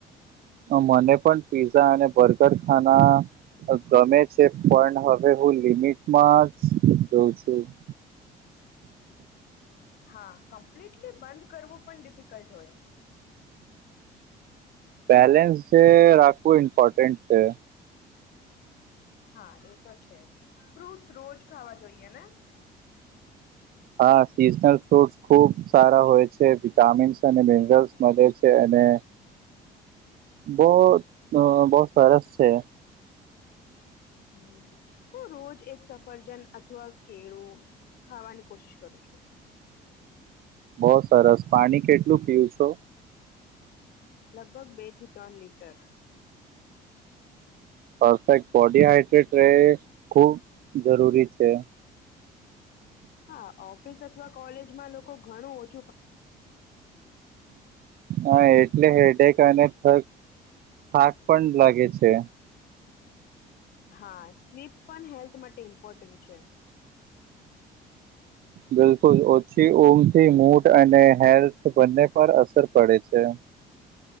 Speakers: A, on the right; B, on the left.
A: મને પણ પીઝા અને બર્ગર ખાના ગમે છે પણ હવે હું લિમિટમાં જ જોઉં છું. <inaudible>
B: હા કમ્પ્લીટલી બંધ કરવું પણ ડિફિકલ્ટ હોય
A: બેલેન્સ જે રાખવું ઇમ્પોર્ટન્ટ છે
B: હા એ તો છે જ ફ્રૂટ્સ રોજ ખાવા જોઈએ ને
A: હા સિઝનલ ફ્રૂટસ ખુબ સારા હોય છે વિટામીન્સ અને મિનરલ્સ મળે છે અને બહ બહ સરસ છે <inaudible>
B: હ હું રોજ એક સફરજન અથવા કેળું ખાવાની કોશિશ કરું. પૂછો
A: બહ સરસ પાણી કેટલું પીવુ છું
B: લગભગ બે થી ત્રણ લીટર.
A: પરફેક્ટ બોડી હાઈડ્રેટ રહે ખુબ જરૂરી છે. <inaudible>
B: હા ઓફિસ અથવા કોલેજમાં લોકો ઘણું ઓછુ.
A: હા એટલે હેડેક અને થગ થાક પણ લાગે છે.
B: હા સ્લીપ પણ હેલ્થ માટે ઇમ્પોર્ટન્ટ છે.
A: બિલકુલ ઓછી ઉંમથી મૂટ અને હેલ્થ બંને પર અસર પડે છે.